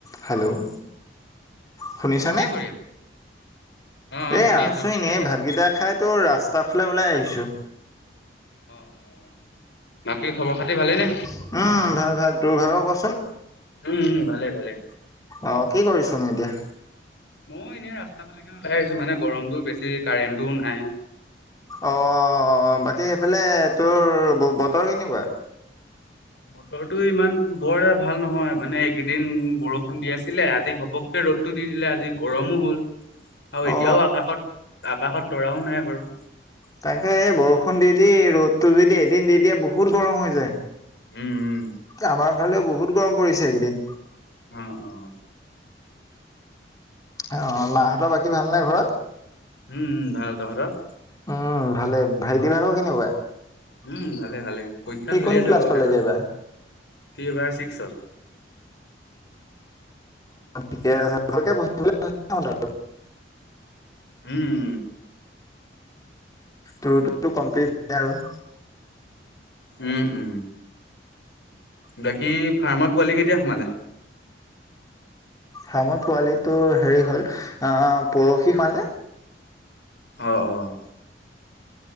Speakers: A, on the left; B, on the left.
A: Hello শুনিছনে?
B: কি কৰি আছা? অ অ
A: এই
B: শুনি
A: আচো
B: আছো কি
A: এনেই,
B: কৰি আছা?
A: ভাতকেইটা খাই তোৰ ৰাস্তাৰ ফালে ওলাই আহিছো।
B: অ', -অ', বাকী' খবৰ-খাতি ভালেই নে?
A: উমঁ, ভাল-ভাল। তোৰ ভাগ ক'চোন?
B: উমঁ, ভালেই-ভালেই।
A: অ', কি কৰিছা নো এতিয়া?
B: মই এনেই আৰু ৰাস্তা ফালে ওলাই আহিছো। এই গৰমতো বেছি কাৰেণ্টটোও নাই।
A: অ, বাকী সেইফালে তোৰ বতৰ কেনেকুৱা?
B: বতৰটো ইমান বৰ এটা ভাল নহয়, মানে এইকেইদিন বৰষুণ দি আছিলে, আজি ঘপক- ৰ'দটো দি দিলে আজি গৰমো হ'ল। আৰু এতিয়াও
A: অ
B: আকাশত, আকাশত তৰাও নাই বাৰু।
A: তাকে, এই বৰষুণ দি-দি ৰ'দটো যদি এদিন দি দিয়ে বহুত গৰম হৈ যায়।
B: উম-উম।
A: আমাৰ ফালেও বহুত গৰম পৰিছে এই কেইদিন।
B: অঁ', -অঁ।
A: অ, মাহঁতৰ বাকী ভাল নে ঘৰত?
B: উমঁ-উমঁ, ভাল। তহঁতৰ?
A: উমঁ, ভালেই। ভাইটি ভাগৰ কেনেকুৱা?
B: উমঁ, ভালেই-ভালেই পৰীক্ষা
A: সি
B: চলি
A: কোন
B: আছে
A: ক্লাছ
B: বাৰু
A: পালেগে
B: সিহঁতৰ
A: এইবাৰ?
B: সি এইবাৰ ছিক্স হ'ল।
A: ঠিকে আছে। ভালকে পঢ়ি থাকিব কবা ভাইটিটোক।
B: উমঁ।
A: তোৰটো কমপ্লিট হ'লে আৰু।
B: উমঁ-উমঁ। বাকী' ফাৰ্মত পোৱালি কেতিয়া সোমালে?
A: ফামৰ পোৱালি টো হেৰি হ'ল আঁহ' পৰখি সৰালে।
B: অ', -অ',।